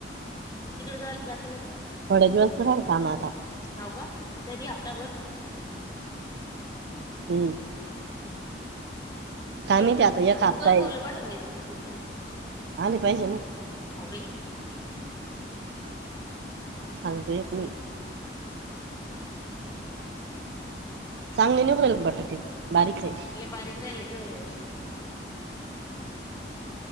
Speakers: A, on the left; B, on the right.
A: तिकडे जा जाती ना तू?
B: थोडे दिवस राहिले काम आता.
A: हाव का तरी हप्ताभर
B: हम्म. काय
A: गणभ-
B: माहिती आता एक हप्ता
A: गणभाऊला पाठवून द्यायचं मग तिकडं.
B: आणि पाहिजे ना.
A: हाव बई.
B: सांगता येत नाही. चांगले निघु राहीले बटाटे बारीक ये.
A: लय बारीक राहिले ग यावर्षी